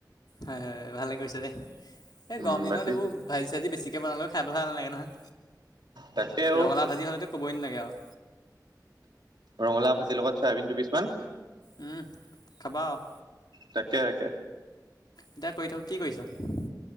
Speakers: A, on the left; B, on the right.
A: হয় হয় ভালে কৰিছা দে, এই
B: উম
A: গৰম দিনত
B: বাকী
A: এইবোৰ ভাজি চাজি বেছিকৈ বনালেও খাই ভাল নালাগে নহয়,
B: তাকে অ
A: ৰঙালাও ভাজি হ'লেতো ক'বই নালাগে আৱ
B: ৰঙালাও ভাজিৰ লগত চোৱাবিন দুপিছমান
A: উম খাবা আৱ
B: তাকে তাকে
A: এতিয়া কৰি থ কি কইছ